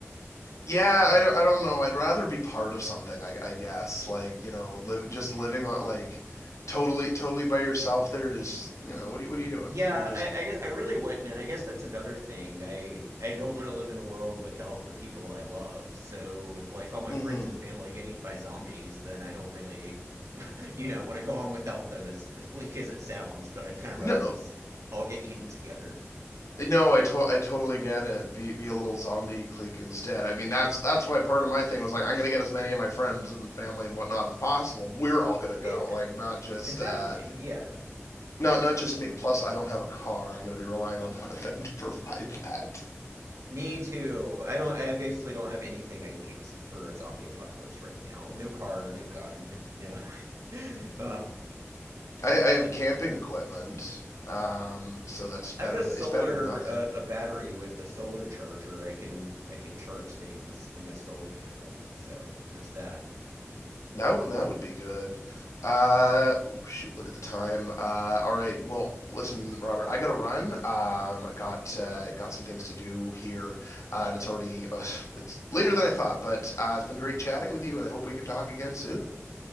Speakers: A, on the left; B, on the right.
A: Yeah, I don't, I don't know. I'd rather be part of something, I, I guess. Like you know, live just living on like totally totally by yourself. There is just you know, what are you, what are you doing?
B: Yeah,
A: You're just.
B: I, I guess I really wouldn't, and I guess that's another thing. I I don't want to live in a world without the people I love. So if like all my
A: Mm-hmm.
B: friends and family get eaten by zombies, then I don't really, <laughs> you know, want to go on without them as as bleak as it sounds, but I'd kind of
A: No,
B: rather just all get eaten together.
A: No, I to- I totally get it. Be be a little zombie clique instead. I mean, that's that's why part of my thing was like, I'm gonna get as many of my friends and family and whatnot as possible. We're all gonna go,
B: Yeah,
A: like not just
B: exactly.
A: uh,
B: Yeah.
A: not not just me. Plus, I don't have a car. I'm gonna be relying on <laughs> one of them to provide that.
B: Me too. I don't, I basically don't have anything I need to, for a zombie apocalypse right now. No car, no gun, no. <laughs> Uh,
A: I, I have
B: anyway,
A: camping equipment, um, so that's better.
B: I have a solar,
A: Th- it's better than nothing.
B: uh, a battery with a solar charger. I can, I can charge things with my solar panel. So there's that.
A: That w- that would be good. Uh, oh, shoot, look at the time. Uh, all right. Well, listen, Robert, I gotta run. Um, I got uh, got some things to do here, uh, and it's already uh, it's later than I thought. But uh, it's been great chatting with you, and I hope we can talk again soon.